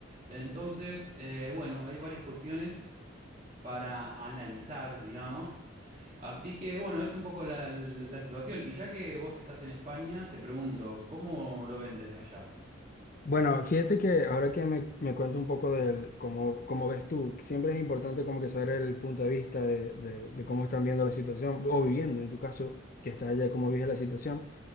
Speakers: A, on the right; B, on the left.
A: Entonces, eh, bueno, hay varias cuestiones para analizar, digamos. Así que bueno, es un poco la, la- la situación. Y ya que vos estás en España, te pregunto, ¿cómo lo ven desde allá?
B: Bueno, fíjate que ahora que me, me cuento un poco del cómo, cómo ves tú, siempre es importante como que saber el punto de vista de, de- de cómo están viendo la situación o viviendo, en tu caso, que estás allá, cómo vives la situación.